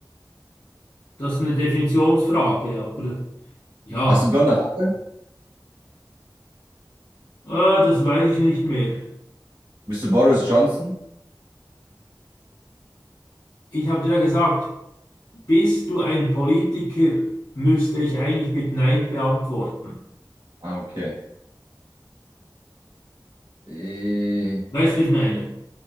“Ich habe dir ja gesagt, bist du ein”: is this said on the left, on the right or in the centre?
Left